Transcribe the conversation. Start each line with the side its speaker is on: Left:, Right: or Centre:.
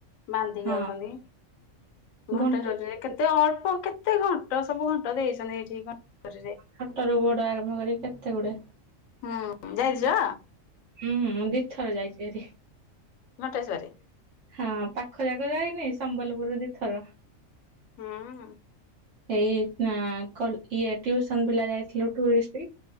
Left: ବାନ୍ଧିକି
Right: ହଁ
Left: ଯାଉଛନ୍ତି ଘଣ୍ଟେଶ୍ଵରରେ।
Right: ଘଣ୍ଟେ
Left: କେତେ ଅଳ୍ପ କେତେ ଘଣ୍ଟ ସବୁ ଘଣ୍ଟ ଦେଇଛନ୍ତି ଏଇଠି <unintelligible>
Right: ଛଟ ର ବଡ ଆରମ୍ଭ କରି କେତେ ଗୁଡେ।
Left: ହୁଁ ଜାଇଛ?
Right: ହୁଁ, ମୁଁ ଦୁଇ ଥର ଯାଇଛି ଭାରି।
Left: ଘଣ୍ଟେ ସ୍ୱରୀ।
Right: ହଁ ପାଖ ଯାକ ଯାଇନି ସମ୍ବଲପୁର ଦିଇଥର।
Left: ହୁଁ ହୁଁ
Right: ଏଇ ନା କଲକୀ ଟିଉସନ ପିଲା ଯାଇଥିଲୁ ଟୁଇଷ୍ଟ୍।